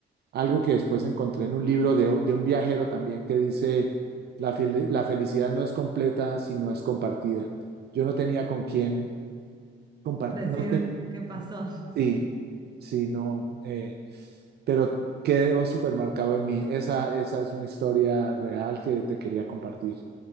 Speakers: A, on the right (about 55°); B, on the right (about 20°).
A: Algo que después encontré en un libro de, de un viajero también que dice, la, fel- la felicidad no es completa si no es compartida. Yo no tenía con quién compartir,
B: Decir
A: no te-
B: qué pasó.
A: sí, sí, no, eh, pero quedó supermercado en mí. Esa, esa es una historia real que te quería compartir.